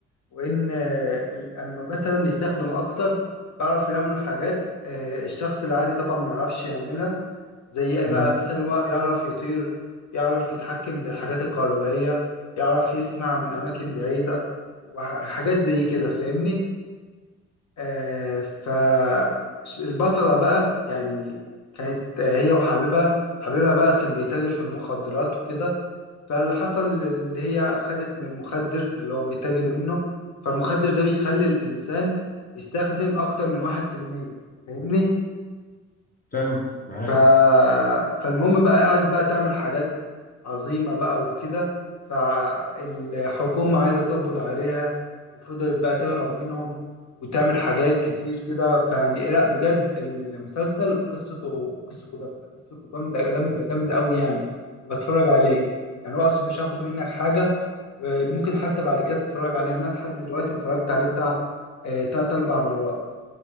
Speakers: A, on the left; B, on the left.
A: وان آه، اما مثلا يستخدم اكتر بيعرفوا يعملوا حاجات آه، الشخص العادي طبعا ما يعرفش يعملها زي ايه
B: مم.
A: بقى مثلا هو يعرف يطير يعرف يتحكم بالحاجات الكهربائية يعرف يسمع من اماكن بعيدة وحاجات زي كده فاهمني آه فالبطلة بقى يعني كانت آه، هي وحبيبها حبيبها بقى كان بيتاجر في المخدرات وكده فاللي حصل اللي هي خدت من المخدر اللي هو بيتاجر منه فالمخدر ده بيخلي الإنسان يستخدم أكتر من واحد في المية فاهمني؟
B: فاهم معاك
A: ف... فالمهم بقى قعدت بقى تعمل حاجات عظيمة بقى وكده فالحكومة عايزة تقبض عليها وفضلت بقى تهرب منهم وتعمل حاجات كتير كده فيعني لا بجد المسلسل قصته قصته جامدة قصته جامدة جامدة جامدة أوي يعني يبقى اتفرج عليه يعني هو أصلا مش هاخد منك حاجة وممكن حتى بعد كده تتفرج عليها انا لحد دلوقتي اتفرجت عليه بتاع آه، تلات اربع مرات